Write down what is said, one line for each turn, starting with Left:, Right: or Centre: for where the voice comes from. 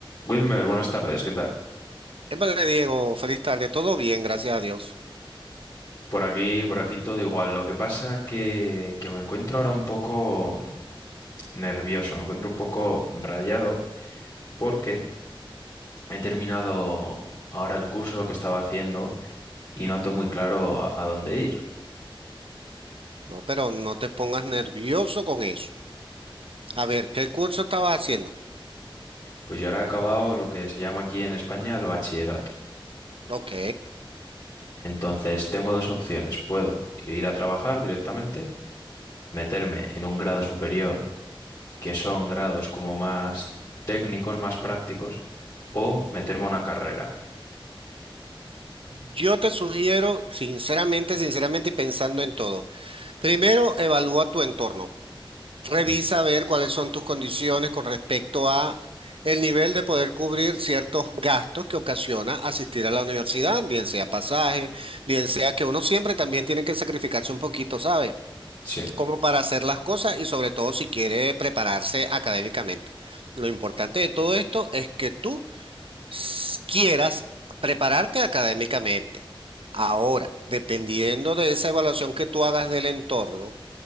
Left: Wilmer, buenas tardes, ¿qué tal?
Right: Vale, Diego, feliz tarde. Todo bien, gracias a Dios.
Left: Por aquí, por aquí todo igual. Lo que pasa que, que me encuentro ahora un poco nervioso, me encuentro un poco rayado porque he terminado ahora el curso que estaba haciendo y no tengo muy claro a a dónde ir.
Right: No, pero no te pongas nervioso con eso. A ver, ¿qué curso estabas haciendo?
Left: Pues yo ahora he acabado lo que se llama aquí en España el bachillerato.
Right: Ok.
Left: Entonces tengo dos opciones. Puedo ir a trabajar directamente, meterme en un grado superior que son grados como más técnicos, más prácticos, o meterme a una carrera.
Right: Yo te sugiero, sinceramente, sinceramente y pensando en todo. Primero, evalúa tu entorno. Revisa
Left: Ujú,
Right: a ver cuáles son tus condiciones con respecto a el nivel de poder cubrir ciertos gastos que ocasiona asistir a la universidad, bien sea pasaje, bien sea que uno siempre también tiene que sacrificarse un poquito, ¿sabes?
Left: Sí.
Right: como para hacer las cosas y sobre todo si quiere prepararse académicamente. Lo importante de todo esto es que tú s- quieras prepararte académicamente. Ahora, dependiendo de esa evaluación que tú hagas del entorno,